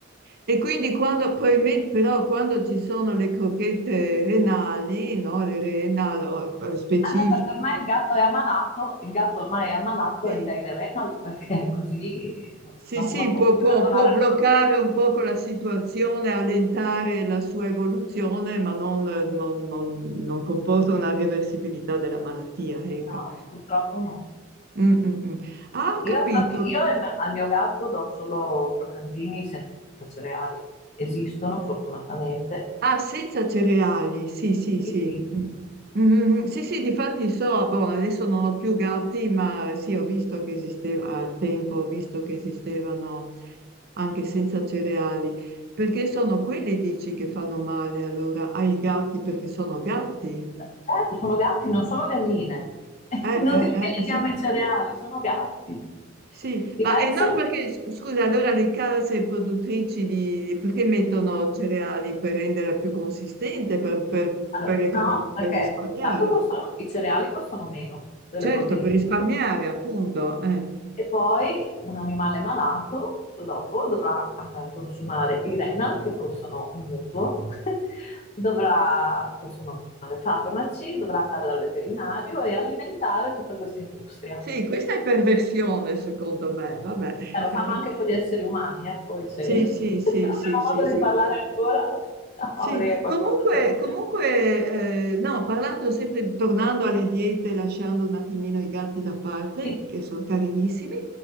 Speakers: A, on the right; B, on the left.
A: e quindi quando, probabilmente, però quando ci sono le crochette renali, no, le renal eh, specifiche,
B: Ah, beh, perché ormai il gatto è ammalato, il gatto ormai è ammalato
A: sì,
B: e gli dai le renal perché <laughs> così
A: sì,
B: non,
A: sì,
B: non può
A: può,
B: più
A: può-
B: lavorare
A: può bloccare
B: le proteine.
A: un poco la situazione, allentare la sua evoluzione, ma non, non non- non comporta una reversibilità della malattia, ecco.
B: No, purtroppo no.
A: Mm, mm, mm. Ah, ho capito.
B: Io, infatti, io e me- al mio gatto do solo croccantini senza cereali. Esistono fortunatamente.
A: Ah, senza cereali, sì, sì,
B: Sì,
A: sì.
B: sì.
A: Mm. Mm, mm, mm. Sì, sì, difatti so, ah, boh, adesso non ho più gatti, ma sì, ho visto che esisteva al tempo, ho visto che esistevano anche senza cereali. Perché sono quelli, dici, che fanno male allora ai gatti perché sono gatti?
B: Certo, sono gatti, non sono galline. <laughs> È
A: Eh,
B: Inutile
A: eh,
B: che gli
A: eh, <laughs> sì.
B: diamo i cereali, sono gatti.
A: Sì,
B: Diverso?
A: ma e noi perché, scusa, allora le case produttrici di, perché mettono cereali per rendere più consistente, per, per-
B: Allora,
A: per econom-
B: no, perché
A: per risparmiare?
B: tanto costano, i cereali costano meno delle
A: Certo,
B: proteine.
A: per risparmiare, appunto. eh.
B: E poi un animale malato dopo dovrà eh, consumare i renal che costano un mutuo, <laughs> dovrà consumare farmaci, dovrà andare dal veterinario e alimentare tutta questa industria.
A: Sì, questa è perversione, secondo me, vabbè. <laughs>
B: Eh, lo fanno anche con gli esseri umani, eh, poi se
A: Sì,
B: <laughs>
A: sì, sì,
B: avremo
A: sì, sì,
B: modo
A: sì,
B: di parlare ancora <laughs> avrei
A: Sì,
B: qualcosa
A: comunque,
B: da dire.
A: comunque eh, no, parlando sempre, tornando alle diete, lasciando un attimino i gatti da parte,
B: Sì,
A: che sono carinissimi,